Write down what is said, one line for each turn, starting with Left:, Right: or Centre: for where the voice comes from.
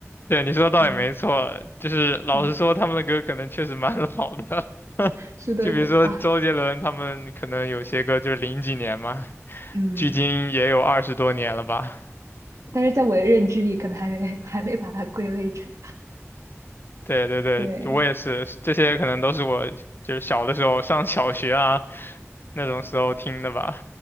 Left: 对你说的倒也没错，
Right: 嗯
Left: 就是老实说，
Right: 嗯，
Left: 他们的歌可能确实蛮 <laughs> 老的。<laughs>
Right: 是的歌啊，
Left: 就比如说周杰伦，他们可能有些歌就是零几年嘛，
Right: 嗯。
Left: 距今也有二十多年了吧。
Right: 但是在我的认知里，可能还没 <laughs> 还没把它归类成。
Left: 对对对，
Right: 对
Left: 我也是，这些可能都是我就是小的时候上小学啊那种时候听的吧。